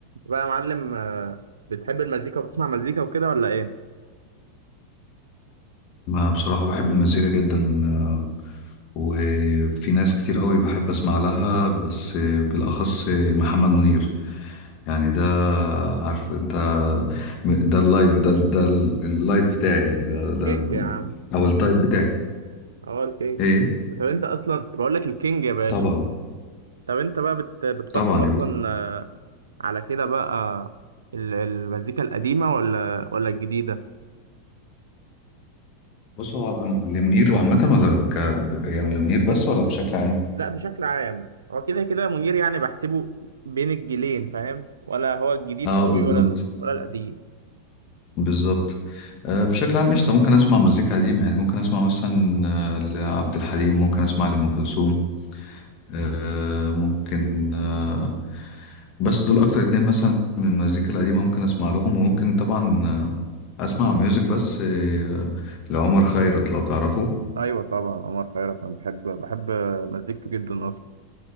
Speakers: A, on the right; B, on the left.
A: بقى يا معلم آه، بتحب المزيكا وبتسمع مزيكا وكده ولا ايه؟
B: انا بصراحة بحب المزيكا جدا آه، وفي ناس كتير قوي بحب اسمع لها بس آه، بالاخص آه، محمد منير يعني ده عارف انت م- ده اللايف ده ده اللايف بتاعي يعني ده ده
A: كينج
B: ال-
A: يا عم
B: او التايب بتاعي
A: اه الكينج
B: ايه
A: طب انت اصلا بقول لك الكينج يا باشا
B: طبعا
A: طب انت بقى بت... بتفضل
B: طبعا
A: اصلا
B: يا باشا
A: على كده بقى ال- المزيكا القديمة ولا ولا الجديدة؟
B: بص هو أنا- لمنير عامة ولا ك يعني لمنير بس ولا بشكل عام
A: لا بشكل عام هو كده كده منير يعني بحسبه بين الجيلين فاهم؟ ولا هو الجديد
B: اه
A: قوي
B: بالظبط
A: ولا ال- ولا القديم
B: بالظبط آه، بشكل عام قشطة ممكن اسمع مزيكا قديمة يعني ممكن اسمع مثلا آه، لعبد الحليم ممكن اسمع لأم كلثوم آه، ممكن آه، بس دول اكتر اتنين مثلا من المزيكا القديمة ممكن اسمع لهم وممكن طبعا آه، اسمع ميوزك بس آه، لعمر خيرت لو تعرفه
A: ايوه طبعا عمر خيرت انا بحب بحب مزيكته جدا اصلا